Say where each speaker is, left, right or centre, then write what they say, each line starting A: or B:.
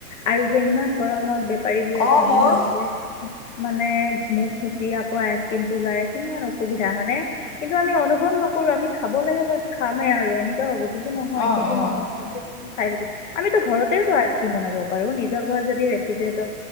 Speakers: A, on the left; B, on the left.
A: আৰু যে ইমান গৰমত বে পাৰীবোৰে
B: অ
A: ঘামি
B: ময়ো
A: ঘামি যে মানে মুখ মুচি আকৌ আইচক্ৰীম টো ওলাৰে কিমান অসুবিধা হয় নে কিন্তু আমি অনুভৱ নকৰো আমি খাব লাগে বা খামেই আৰু এনেকুৱা ভাবো কিন্তটো নহয়
B: অ
A: সেইটো
B: অ
A: নহয় চাই আমিতো ঘৰতেতো আছো বনাব পাৰো নিজৰ ঘৰত যদি ৰেফিজৰেট